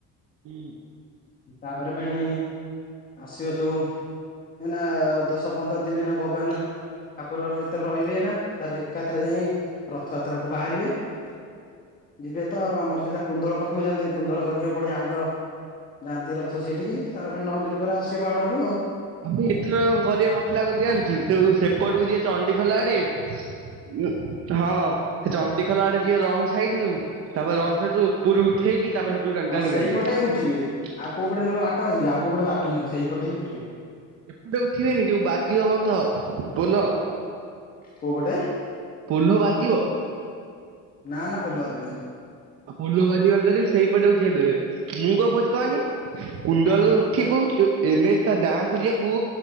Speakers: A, on the right; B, on the left.
A: ହୁଁ।
B: ତାପରେ ଫେଣି ଆସିବ ସବୁ। ଏଇନା ଦଶ ପନ୍ଦର ଦିନ ଏଇନା ଭଗବାନେ- - ଠାକୁରଘର ଭିତରେ ରହିବେ ଏଇନା ତାରେ ଏକାଥରେ ଯାଇ ରଥଯାତ୍ରା କୁ ବାହାରିବେ। <inaudible> ଯିବେ ତ ଆଉ ଆମର ସହିତା କୁନ୍ଦଳ ପାଖକୁ ବି ଯାଆନ୍ତି କୁନ୍ଦଳ ଯଜ୍ଞ ପଡିଆ ଆମର ଯାଆନ୍ତି ରଥ ସେଇଠିକି। ତାରେ ପୁଣି ନଅ ଦିନ ପରେ ଆସିବେ ବାହୁଡାକୁ ଆଉ।
A: ଆମେ ଏଥର କଣ କରିବା ମତେ ଲାଗୁଚି ଜାଣିଚୁ ସବୁ ସେପଟକୁ ଯିବେ ଚଣ୍ଡି ଖୋଲ ଆଡେ। ଉ ହଁ ସେ ଚଣ୍ଡିଖୋଲ ଆଡେ ଯିବେ ରଙ୍ଗ ସାଇଡ ରୁ। ତାପରେ ରଂଗ ସାଇଡରୁ ଉପରୁ ଉଠେଇକି ତାପରେ ହେଠୁ ଟାଣି
B: ହଁ
A: ଟାଣିକି
B: ସେଇପଟେ
A: ଆଣିବେ।
B: ଉଠିବେ। ଆଉ କୋଉ ପଟେ ନହେଲେ ବାଟ ଅଛି ଆଉକଉ ପଟେ ବାଟ ନାହିଁ ସେଇପଟ ବି ଉଠିବେ।
A: ଏପଟେ ଉଠିବେନି ଯୋଉ ବାଜିବ ବନ୍ଧ ପୋଲ।
B: କୋଉ ପଟେ
A: ପୋହ୍ଲ ବାଜିବ।
B: ନା ନା ପୋଲ ବାଯିବନି।
A: ଆଉ ପୋଲ ବାଜିବନି ଜଦି ସେଇପଟେ ଉଠେଇଦେବେ ମୁଁ କଣ କହୁଚି କହନି। କୁଣ୍ଡଳୁ ଉଠିବୁ ଯୋଉ ଏନଏଚ ଟା ଡାଙ୍କୁ ଯିବାକୁ